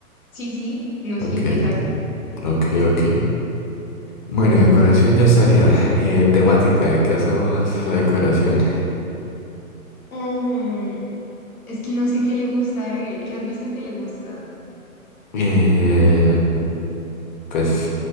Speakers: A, on the left (about 75°); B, on the left (about 35°).
A: Sí, sí, no,
B: Ok,
A: sí, exacto.
B: ok, ok. Bueno, decoración ya estaría. Eh, temática, ¿de qué hacemos la decoración?
A: Mm, es que no sé qué le gusta a él, ¿qué has visto que le gusta?
B: Eh, pues